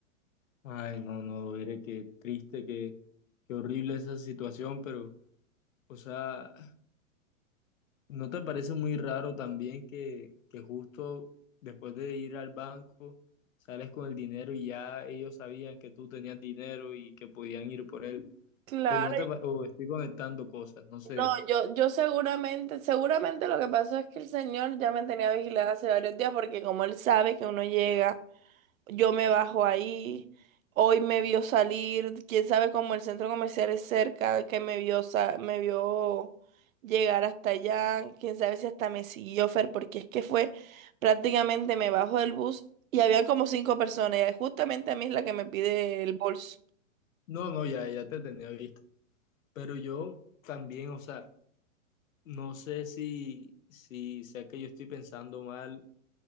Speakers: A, on the left; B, on the right.
A: Ay, no, no, Bere, qué triste, qué, qué horrible esa situación, pero, o sea, ¿no te parece muy raro también que, que justo después de ir al banco sales con el dinero y ya ellos sabían que tú tenías dinero y que podían ir por él?
B: Claro,
A: O no te, pa- o estoy conectando cosas, no sé.
B: no, yo, yo seguramente, seguramente lo que pasó es que el señor ya me tenía vigilada hace varios días porque como él sabe que uno llega yo me bajo ahí. Hoy me vio salir, quién sabe cómo el centro comercial es cerca, que me vio, sa- me vio llegar hasta allá, quién sabe si hasta me siguió Fer, porque es que fue prácticamente me bajo del bus y había como cinco personas y justamente a mí es la que me pide el bolso.
A: No, no, ya, ya te tenía visto. Pero yo también, o sea, no sé si, si sea que yo estoy pensando mal